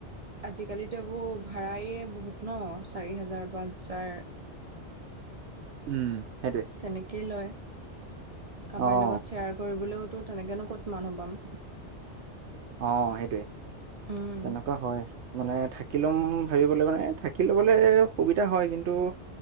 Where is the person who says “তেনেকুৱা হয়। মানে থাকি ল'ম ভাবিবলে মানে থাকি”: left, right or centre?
Right